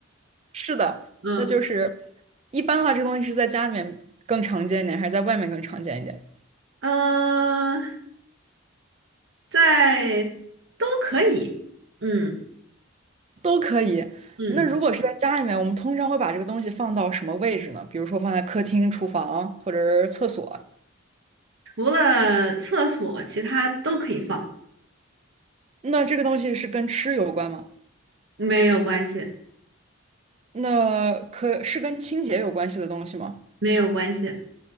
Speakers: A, on the right (about 30°); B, on the right (about 55°).
A: 是的，
B: 嗯，
A: 那就是一般的话，这个东西是在家里面更常见一点，还是在外面更常见一点？
B: 呃，在都可以。嗯
A: 都可以。
B: 嗯。
A: 那如果是在家里面，我们通常会把这个东西放到什么位置呢？比如说放在客厅、厨房或者是厕所。
B: 除了厕所，其他都可以放，
A: 那这个东西是跟吃有关吗？
B: 没有关系，
A: 那可是跟清洁有关系的东西吗？
B: 没有关系。